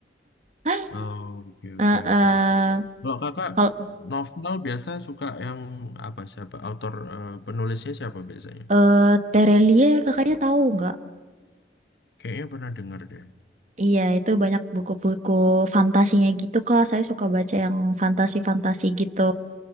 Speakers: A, on the right; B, on the left.
A: <laughs>
B: Oh, oke
A: eh
B: oke
A: eh,
B: oke oke. Kalau kakak
A: kalau
B: novel biasa suka yang apa siapa? Autor eh, penulisnya siapa biasanya?
A: eh Terelie kakaknya tahu nggak?
B: Kayaknya pernah denger deh.
A: Iya, itu banyak buku-buku fantasinya gitu Kak. Saya suka baca yang fantasi-fantasi gitu.